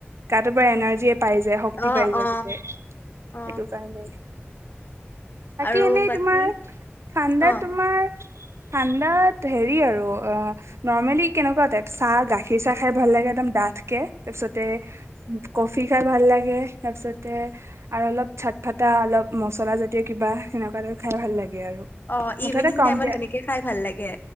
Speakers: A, on the right; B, on the left.
A: গাটো পৰা এনাৰ্জি এ পাই যায় শক্তি
B: অ
A: পাই যায়
B: অ
A: সেইটো
B: অ
A: কাৰণে বাকী
B: আৰু
A: এনেই
B: বাকী
A: তোমাৰ ঠাণ্ডাত
B: অ
A: তোমাৰ ঠাণ্ডাত হেৰি আৰু অ নৰ্মেলি কেনেকুৱা টাইপ চাহ গাখীৰ চাহ খাই ভাল লাগে একডম ডা তাকে তাৰপিছতে কফি খাই ভাল লাগে তাৰ পিছতে আৰু অলপ চাট ফটা অলপ মচলা জাতীয় কিবা সেনেকুৱা খাই ভাল লাগে মুঠতে
B: অ ইভিনিং
A: কমপেযাৰ
B: টাইমত সেনেকে খাই ভাল লাগে